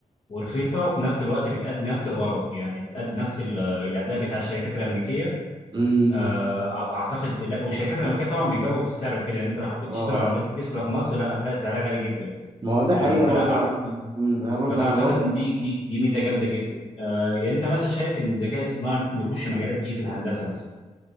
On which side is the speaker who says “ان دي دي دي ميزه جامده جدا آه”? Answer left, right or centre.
Left